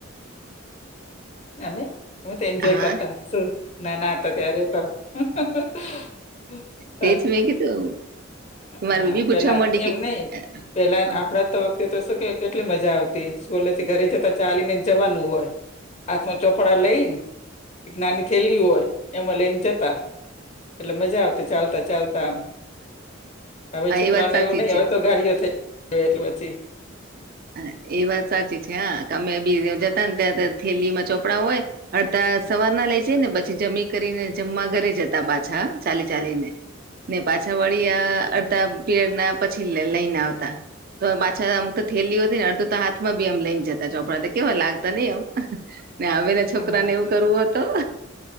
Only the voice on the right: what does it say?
હા
તે જ મેં કીધું.
મારી
બેબી પૂછવા
માંડી
કે
હા
એ વાત સાચી
છે
હા એ વાત સાચી છે હા કે અમે બી જતા ને ત્યારે થેલી માં ચોપડા હોય અડતા સવાર ના લઈ જઈ ને પછી જમી કરીને જમવા ઘરે જતા પાછા ચાલી ચાલીને. ને પાછા વળી અડધા પીરયડ ના પછી લઈને આવતા તો <unintelligible> થેલી હતી ને અડધું તો હાથમાં બી આમ લઈને જતા ચોપડાતા કેવા લાગતા નહી એમ ને હ છોકરા
ને એવું કરવું હો તો.